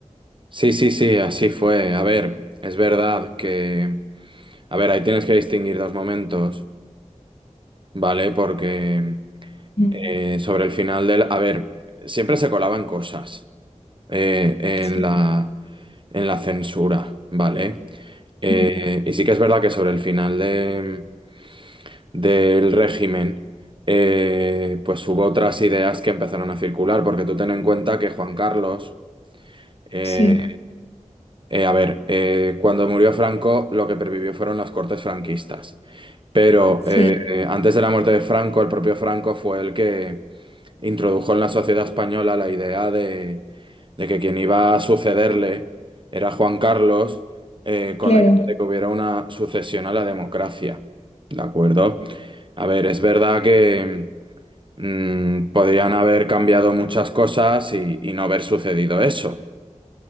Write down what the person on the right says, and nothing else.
sí, sí, sí, así fue. A ver, es verdad que, a ver, ahí tienes que distinguir dos momentos, ¿vale? Porque
eh, sobre el final del, a ver, siempre se colaban cosas. eh, en
la, en la censura, ¿vale? Eh,
y sí que es verdad que sobre el final de- del régimen, eh, pues hubo otras ideas que empezaron a circular, porque tú ten en cuenta que Juan Carlos, eh,
eh, a ver, eh, cuando murió Franco, lo que pervivió fueron las cortes franquistas. Pero
eh, antes de la muerte de Franco, el propio Franco fue el que introdujo en la sociedad española la idea de, de que quien iba a sucederle era Juan Carlos, eh, con
la idea de que hubiera una sucesión a la democracia. ¿De acuerdo? A ver, es verdad que mm, podrían haber cambiado muchas cosas y, y no haber sucedido eso.